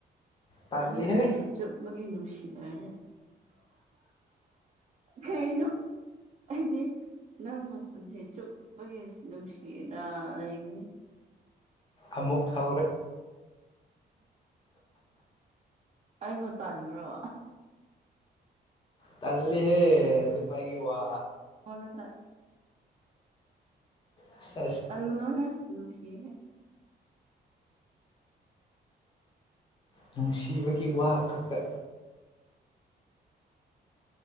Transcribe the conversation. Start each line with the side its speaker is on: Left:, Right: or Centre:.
Left: ꯇꯜꯂꯤꯍꯦ
Right: ꯑꯩꯒꯤ ꯄꯨꯟꯁꯤ ꯆꯨꯞꯄꯒꯤ ꯅꯨꯡꯁꯤꯅꯔꯅꯦ ꯀꯥꯏꯅꯣ ꯑꯗ ꯅꯪ ꯃ ꯄꯨꯟꯁꯤ ꯆꯨꯞꯄꯒꯤ ꯅꯨꯡꯁꯤꯅ ꯂꯩꯒꯅꯤ
Left: ꯑꯃꯨꯛ ꯊꯥꯎꯔꯦ
Right: ꯑꯩꯕꯨ ꯇꯥꯟꯕ꯭ꯔꯣ
Left: ꯇꯂ ꯍꯦ ꯂꯤ ꯃꯥꯒꯤ ꯋꯥ
Right: ꯍꯅꯗ
Left: ꯁꯦꯁ
Right: ꯇꯟ ꯃꯅꯣꯍꯦ ꯑꯗꯨꯅꯨꯡꯁꯤ ꯍꯥꯏꯦ
Left: ꯅꯨꯡꯁꯤꯕꯒꯤ ꯋꯥ ꯈꯛꯇ